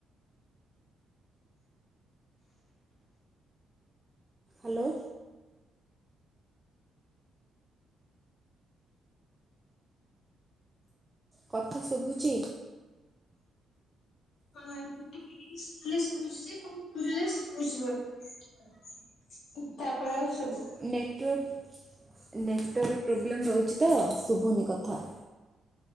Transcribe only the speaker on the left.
ହଁ ଏବେ ଟିକେ ଟିକେ ଶୁ ଖାଲି ଶୁବୁଚିଯେ କଣ କହୁଚଯା <unintelligible> ତାପରେ ଆଉ ସୁବୁ